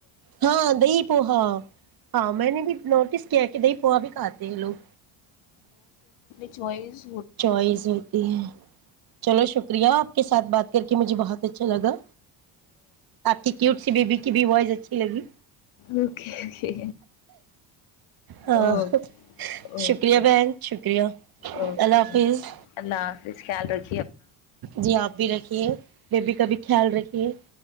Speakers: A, on the right; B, on the left.
A: ہاں دئی پو ہا ہاں میں نے بھی نوٹس کیا کہ دی پوہا بھی کھاتے ہیں لوگ
B: چوائز
A: چوائز ہوتی ہے چلو شک شکری آپ کے ساتھ بات کر کے مجھے بہت اچھا لگا آپ کی کیوٹ سی بی بیی کی بی وائس اچھی لگی
B: اوکے
A: ہاں
B: اوکے
A: شکریہ بہن شکریہ
B: او
A: اللہ
B: کے
A: حافظ
B: اللہ حافظ خیال رکھ
A: جی آپ بھی رکھیے بیبی کا بھی خیال رکھیے